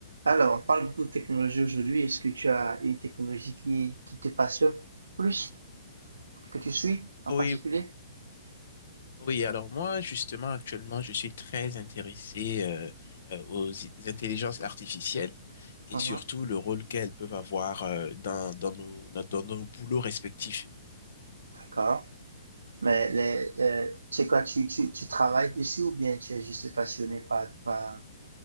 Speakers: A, on the right (about 80°); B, on the left (about 65°).
A: Alors, on parle beaucoup de technologie aujourd'hui. Est-ce que tu as une technologie qui, qui te passionne plus, que tu suis en
B: Oui,
A: particulier?
B: oui. Alors moi, justement, actuellement, je suis très intéressé euh, euh, aux i- intelligences artificielles et
A: Mhm.
B: surtout le rôle qu'elles peuvent avoir euh, dans, dans nos, no- dans nos boulots respectifs.
A: D'accord. Mais les, euh, tu sais quoi, tu, tu, tu travailles dessus ou bien tu es juste passionné par, par